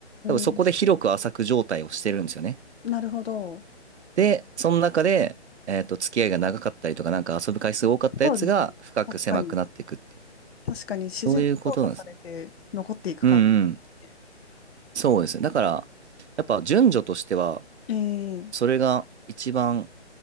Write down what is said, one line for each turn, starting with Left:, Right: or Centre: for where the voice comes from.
Right: 多分そこで広く浅く状態をしてるんですよね。
Left: ん、なるほど。
Right: で、その中で、えっと、付き合いが長かったりとか、なんか遊ぶ回数多かったやつが深く狭くなっていくっていう、
Left: そうですね。確かに。確かに自然に淘汰されて残っていく感
Right: そういうことなんですね。うんうん。
Left: じで。
Right: そうですね。だから、やっぱ順序としては、
Left: えー、
Right: それが一番